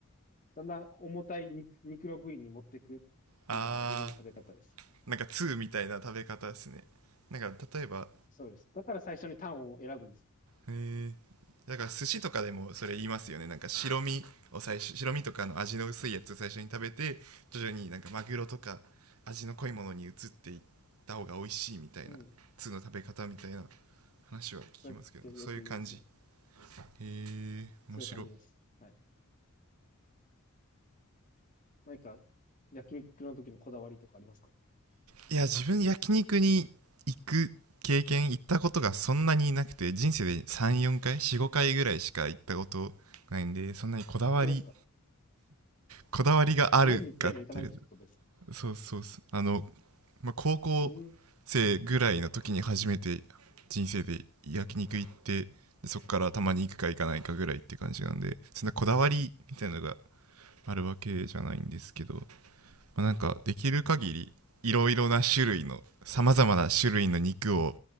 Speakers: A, on the left (about 40°); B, on the right (about 85°).
A: だんだん重たい肉、肉の部位に持っていくっ
B: あ
A: ていうのが自分の食べ方です。
B: ーなんかーみたいな食べ方ですねなんか例えば
A: そうです。だから最初にタンを選ぶんです。
B: えーだから寿司とかでもそれ言いますよねなんか白身を最初白身とかの味の薄いやつを最初に食べて徐々になんかマグロとか味の濃いものに移っていった方が美味しいみたいな
A: うん。
B: ーの食べ方みたいな話は聞きますけどそういう感じへ
A: そうやってよく言いますね。
B: え面白い
A: そういう感じです。はい。何か焼肉の時のこだわりとかありますか
B: いや自分焼肉に行く経験行ったことがそんなになくて人生で34回45回ぐらいしか行ったことないんでそんなにこだわり
A: 本当ですか
B: こだわりがあるかっていうと
A: 年に1回も行かないってことです。
B: そうそうそうあの、まあ、高校
A: うん。
B: 生ぐらいの時に初めて人生で焼肉行ってでそこからたまに行くか行かないかぐらいって感じなんでそんなこだわりみたいなのがあるわけじゃないんですけど、まあ、なんかできる限りいろいろな種類のさまざまな種類の肉を